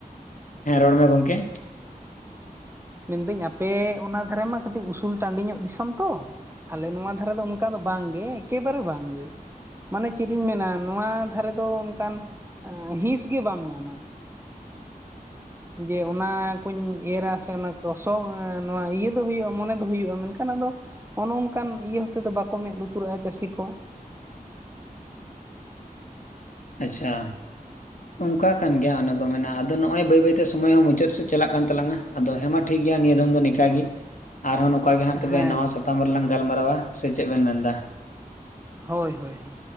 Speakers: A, on the left; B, on the right.
A: ᱦᱮᱸ ᱨᱚᱲ ᱢᱮ ᱜᱚᱝᱠᱮ᱾
B: ᱢᱮᱱᱫᱟᱹᱧ ᱟᱯᱮ ᱚᱱᱟ ᱫᱷᱟᱨᱮ ᱢᱟ ᱠᱟᱹᱴᱤᱡ ᱩᱥᱩᱞ ᱴᱟᱺᱰᱤ ᱧᱚᱜ ᱫᱤᱥᱚᱢ ᱛᱚ, ᱟᱞᱮ ᱱᱚᱣᱟ ᱫᱷᱟᱨᱮ ᱫᱚ ᱚᱱᱠᱟ ᱫᱚ ᱵᱟᱝᱜᱮ ᱮᱠᱮᱵᱟᱨᱮ ᱵᱟᱝᱜᱮ᱾ ᱢᱟᱱᱮ ᱪᱮᱫ ᱤᱧ ᱢᱮᱱᱟ ᱱᱚᱣᱟ ᱫᱷᱟᱨᱮ ᱫᱚ ᱚᱱᱠᱟᱱ ᱦᱤᱸᱥ ᱜᱮ ᱵᱟᱢ ᱧᱟᱢᱟ᱾ ᱡᱮ ᱚᱱᱟ ᱠᱩᱧ ᱮᱨᱟ ᱥᱮ ᱚᱱᱟ ᱠᱚ ᱥᱚᱝ ᱱᱚᱣᱟ ᱤᱭᱟᱹ ᱫᱚ ᱦᱩᱭᱩᱜᱼᱟ ᱢᱚᱱᱮ ᱫᱚ ᱦᱩᱭᱩᱜᱼᱟ, ᱢᱮᱱᱠᱷᱟᱱ ᱟᱫᱚ ᱚᱱᱚ ᱚᱱᱠᱟᱱ ᱤᱭᱟᱹ ᱦᱚᱛᱮᱫ ᱫᱚ ᱵᱟᱠᱚ ᱢᱮᱫ ᱞᱩᱛᱩᱨᱟᱜᱼᱟ ᱪᱟᱹᱥᱤ ᱠᱚ᱾
A: ᱟᱪᱪᱷᱟ ᱚᱱᱠᱟ ᱠᱟᱱ ᱜᱮᱭᱟ ᱚᱱᱮ ᱠᱚ ᱢᱮᱱᱟ ᱟᱫᱚ ᱱᱚᱜᱼᱚᱭ ᱵᱟᱹᱭ ᱵᱟᱹᱭᱛᱮ ᱥᱚᱢᱚᱭ ᱦᱚᱸ ᱢᱩᱪᱟᱹᱫ ᱥᱮᱫ ᱪᱟᱞᱟᱜ ᱠᱟᱱ ᱛᱟᱞᱟᱝᱟ᱾ ᱟᱫᱚ ᱦᱮᱸᱢᱟ ᱴᱷᱤᱠᱜᱮᱭᱟ ᱱᱤᱭᱟᱹ ᱫᱚᱢ ᱫᱚ ᱱᱤᱠᱟ ᱜᱤ ᱟᱨᱦᱚᱸ ᱱᱚᱝᱠᱟ ᱜᱮ ᱜᱮ ᱦᱟᱸᱜ
B: ᱦᱮᱸ
A: ᱛᱚᱵᱮ ᱱᱚᱣᱟ ᱥᱟᱛᱟᱢ ᱨᱮᱞᱟᱝ ᱜᱟᱞᱢᱟᱨᱟᱣᱟ ᱥᱮ ᱪᱮᱫ ᱵᱮᱱ ᱢᱮᱱᱫᱟ?
B: ᱦᱳᱭ ᱦᱳᱭ ᱦᱳᱭ